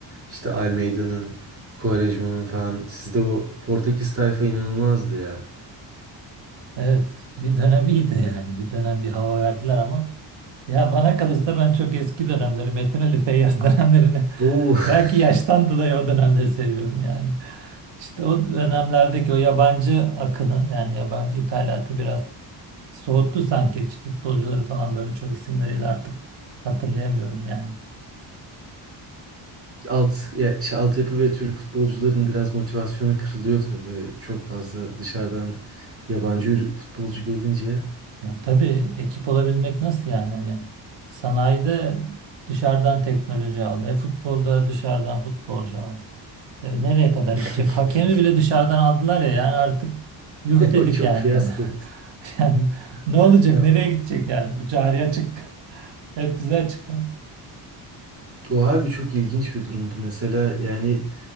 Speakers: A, on the right; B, on the right.
A: işte Almeida'nın, Quaresma'nın falan sizde o Portekiz tayfa inanılmazdı ya.
B: Evet bir dönem iyiydi yani bir dönem bir hava verdiler ama Ya bana kalırsa ben çok eski dönemleri, Metin Ali Feyyaz dönemlerini
A: Oo.
B: <laughs>
A: <laughs>
B: belki yaştan dolayı o dönemleri seviyorum yani. İşte o dönemlerdeki o yabancı akını yani yabancı ithalatı biraz soğuttu sanki. Futbolcuları falan böyle çok isimleriyle artık hatırlayamıyorum yani.
A: Alt, ya, şey, altyapı ve Türk futbolcuların biraz motivasyonu kırılıyor tabii. Çok fazla dışarıdan yabancı futbolcu gelince
B: Ya tabii ekip olabilmek nasıl yani? Hani sanayide dışarıdan teknoloji al, e futbolda dışarıdan futbolcu al. E, nereye kadar
A: <laughs>
B: gidecek? Hakemi bile dışarıdan aldılar ya yani artık yuh dedik
A: O çok
B: yani.
A: fiyaskoydu.
B: <laughs> Yani ne
A: Ya,
B: olacak? Nereye gidecek yani? Bu cari açık. <laughs> Hep bize açık yani.
A: o harbi çok ilginç bir durumdu. Mesela yani